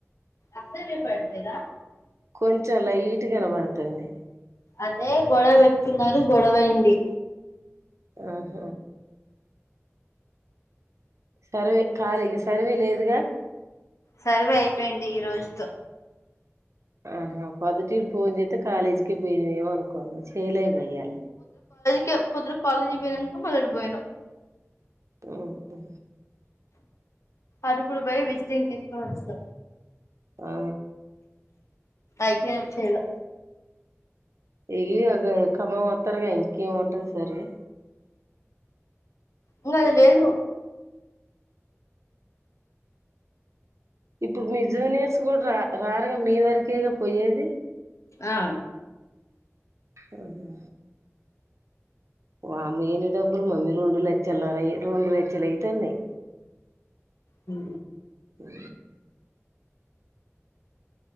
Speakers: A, on the left; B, on the right.
A: అస్సల్ వినపడట్లేద
B: కొంచెం లైట్ కనబడుతుంది.
A: అదే గొడవ పెట్కున్నారు గొడవైంది.
B: ఆహ సర్వే కాళేకి సర్వే లేదుగా
A: సర్వే అయ్ పెయింది ఈ రోజుతో
B: ఆహా పొద్దటిల్ ఫోన్ చేత్తే కాాలేజీకి పోయినేవొ అను కున్న చేయ్లేగ ఇయాల
A: కె పొద్దురు కాలేజి పోయినంక మళ్ళ అడిపోయనం.
B: ఉహు
A: అరుపుడు పోయ్ విజ్టింగ్ తీసుకొని వచ్చిన
B: ఆ
A: ఐపినయ్ చ్చెల్ల్
B: ఇగి వద్ ఇ ఖమ్మం వత్తరుగా ఇంకేమి ఉంటది సర్వి
A: ఇంగ అది లేదు.
B: ఇప్పుర్ మీ జూనియర్స్ కూడా రా రారుగా మీ వరకేగా పోయేది.
A: ఆ
B: ఆహ వామ్ము యన్ని డబ్బులు మమ్మీ రెండు లెచ్చల్లారయి, రెండు లెచ్చలు అయ్ తన్నయ్.
A: హు
B: హు